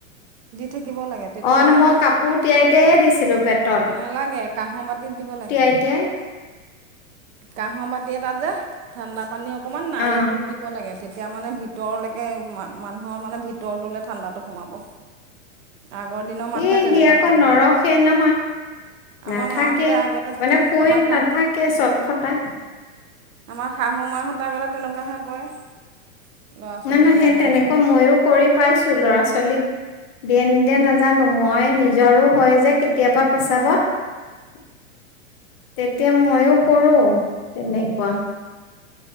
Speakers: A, on the right; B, on the left.
A: থাকিব লাগে তেতিয়া
B: অ ন
A: মানে
B: মই কাপোৰ তিয়াই তিয়াইয়ে দিছিলো পেটত
A: নালাগে কাঁহৰ বাতিত দিব লাগে।
B: এতিয়া
A: কাহৰ বাতি এ তাত যে ঠাণ্ডা পানী অকনমান নাড়িটোত
B: অ
A: দিব লাগে। তেতিয়া মানে ভিতৰলৈকে মানুহৰ মানে ভিতৰটোলৈ ঠাণ্ডাটো সোমাব- আগৰ দিনৰ মানুহে
B: এ
A: তেনেকুৱা
B: সি আকৌ
A: কয়
B: নৰখেই নহয়-
A: আমাৰ
B: নাথাকেই
A: মাহঁতে আগতে
B: মানে শই
A: আমাৰ শা
B: নাথাকে চট ফটা-
A: আমাৰ শাহু মাহঁতে আগতে তেনেকুৱাহে কৰে ল'ৰা ছোৱালী
B: নহ নহ
A: গৰম
B: সেই তেনেকুৱা
A: সোমালে
B: মইয়ো কৰি পাইছো ল'ৰা ছোৱালী- ছোৱালীক দিয়ে নিদিয়ে নাজানো মই নিজৰো হয় যে কেতিয়াবা পেচাবত- <inaudible> তেতিয়া ময়ও কৰোঁ তেনেকুৱা